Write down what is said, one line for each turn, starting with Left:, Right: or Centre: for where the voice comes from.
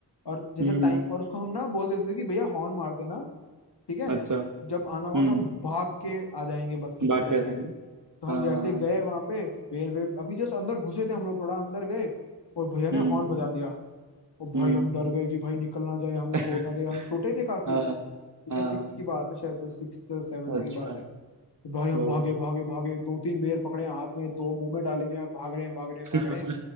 Left: और जैसे
Right: हम्म
Left: टाइम और उसको हम ना बोल देते थे कि भैया हॉर्न मार देना ठीक है
Right: अच्छा
Left: जब आना होगा
Right: हम्म
Left: तो हम भाग के आ जाएंगे बस में चढ़
Right: बाकी
Left: जाएंगे
Right: रहेंगे
Left: तो हम
Right: हाँ
Left: जैसे गए वहां पे बेर वेर अभी जस्ट अंदर घुसे थे हम लोग थोड़ा अंदर गए और भैया ने
Right: हम्म
Left: हॉर्न बजा दिया और भाई
Right: हम्म
Left: हम डर गए कि भाई निकल ना जाए हमें
Right: <laughs>
Left: छोड़ ना दे हम छोटे थे काफी
Right: हाँ
Left: ठीक
Right: हाँ
Left: है सिक्स की बात है शायद से सिक्स सेवन्थ
Right: अच्छा
Left: की बात है तो भाई हम
Right: ओ
Left: भागे भागे भागे दो तीन बेर पकड़े हैं हाथ में दो मुंह में डाले हुए हैं भाग रहे हैं भाग रहे हैं
Right: <laughs>
Left: भाग रहे हैं